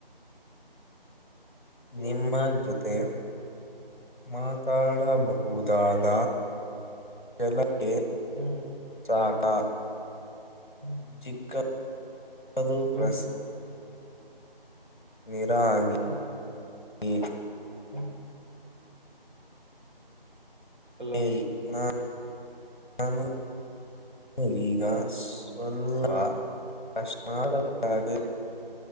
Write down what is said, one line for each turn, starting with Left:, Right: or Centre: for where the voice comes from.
Right: ಹಲೋ
Left: ನಿಮ್ಮ ಜೊತೆ. ಮಾತಾಡಬಹುದಾದ ಕೆಲ ಗೆ
Right: ಹ್ಮ್
Left: ಸಾಕಾ.
Right: ಹ್ಮ್
Left: ಚಿಕ್ಕದು ಪ್ಲಸ್.
Right: ಹ್ಮ್
Left: <inaudible> ನಿರಾಗಿ
Right: ಹ್ಮ್
Left: ಗಿ.
Right: ಹ್ಮ್. ಹಲೋ
Left: ಏ ನಾ ನಾನು. <unintelligible> ಈಗ ಸ್ವಲ್ಪ ಕಶನಾಾಡ ಮಾಡಿ.